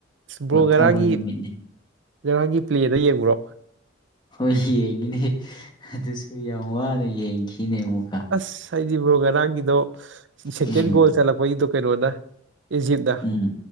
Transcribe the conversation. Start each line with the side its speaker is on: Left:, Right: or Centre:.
Right: ꯕ꯭ꯔꯣ
Left: ꯄꯣꯊꯥꯕ
Right: ꯉꯔꯥꯡꯒꯤ
Left: ꯅꯨꯃꯤꯠꯅꯤ
Right: ꯉꯔꯥꯡꯒꯤ ꯄ꯭ꯂꯦꯗ ꯌꯦꯡꯕꯔꯣ
Left: ꯍꯣꯏ ꯌꯦꯡꯉꯤꯅꯦ ꯑꯗꯨꯁꯨ ꯌꯥꯝ ꯋꯥꯅ ꯌꯦꯡꯈꯤꯅꯦ ꯑꯃꯨꯛ
Right: ꯑꯁ ꯑꯩꯗꯤ ꯕ꯭ꯔꯣ ꯉꯔꯥꯡꯒꯤꯗꯣ ꯁꯦꯀꯦꯟ
Left: ꯎꯝ
Right: ꯒꯣꯜ ꯆꯠꯂꯛꯄꯩꯗꯣ ꯀꯩꯅꯣꯅ ꯏꯖꯤꯞꯅ
Left: ꯎꯝ